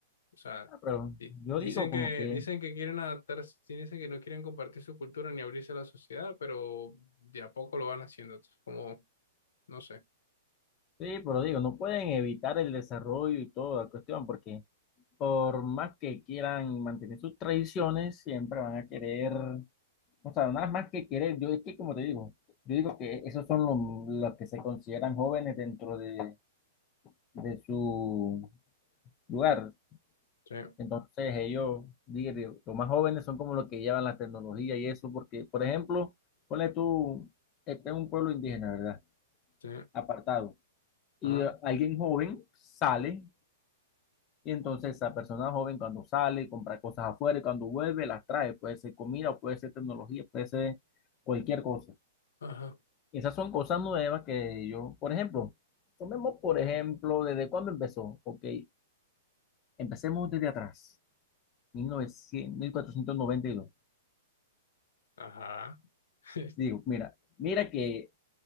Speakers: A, on the left; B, on the left.
A: O sea,
B: Ah, Pero
A: di-
B: yo
A: dicen
B: digo como
A: que
B: que,
A: dicen que quieren adaptarse, sí dicen que no quieren compartir su cultura ni abrirse a la sociedad, pero de a poco lo van haciendo, entonces, como, no sé.
B: sí, pero digo, no pueden evitar el desarrollo y toda la cuestión, porque por más que quieran mantener sus tradiciones, siempre van a querer, o sea, nada más que querer, yo es que como te digo, yo digo que esos son los, los que se consideran jóvenes dentro de, de su lugar.
A: Sí,
B: Entonces ellos, digo, digo, los más jóvenes son como los que llevan la tecnología y eso, porque, por ejemplo, ponle tú, este es un pueblo indígena, ¿verdad?
A: sí,
B: Apartado. Y
A: ajá,
B: eh, alguien joven sale Y entonces esa persona joven cuando sale, compra cosas afuera y cuando vuelve las trae. Puede ser comida, puede ser tecnología, puede ser cualquier cosa.
A: ajá,
B: Esas son cosas nuevas que yo, por ejemplo, tomemos por ejemplo, ¿desde cuándo empezó? Ok, empecemos desde atrás, mil mil novecientos mil cuatrocientos noventa y 1492.
A: ajá. <laughs>
B: Digo, mira, mira que,